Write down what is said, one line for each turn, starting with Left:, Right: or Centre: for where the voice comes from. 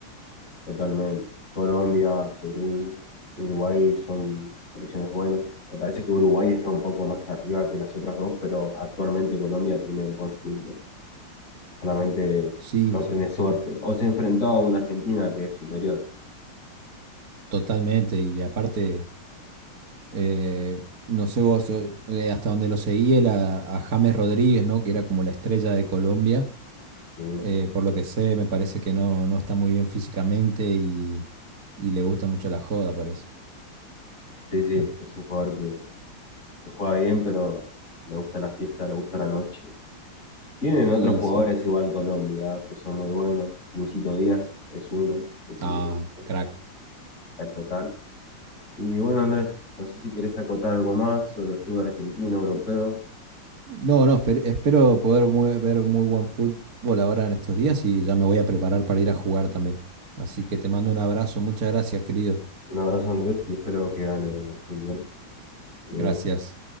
Left: totalmente. Colombia, Perú, Uruguay son selecciones buenas. Me parece que Uruguay está un poco más arriba que las otras dos, pero actualmente Colombia tiene un buen fútbol. Solamente
Right: sí,
Left: no
Right: sí,
Left: tenés suerte. O se ha enfrentado a una Argentina que es superior.
Right: totalmente, y aparte... Eh, no sé vos eh, eh, hasta dónde lo seguí, él a, a James Rodríguez, ¿no? Que era como la estrella de Colombia.
Left: Sí,
Right: Eh, por lo que sé, me parece que no, no está muy bien físicamente y, y le gusta mucho la joda, parece.
Left: sí, sí,
Right: <laughs>
Left: es un jugador que que juega bien, pero le gusta la fiesta, le gusta la noche. Tienen otros
Right: Y
Left: jugadores
Right: sí.
Left: igual Colombia, que son muy buenos. Luisito Díaz es uno, que es
Right: Ah,
Left: increíble,
Right: crack.
Left: tal total. Y bueno, Andrés, no sé si querés acotar algo más sobre el fútbol argentino, europeo.
Right: No, no, esper- espero, poder mu- ver muy buen fútbol ahora en estos días y ya me voy a preparar para ir a jugar también. Así que te mando un abrazo. Muchas gracias, querido.
Left: Un abrazo, Andrés, y espero que gane el fútbol. Hasta luego.
Right: Gracias.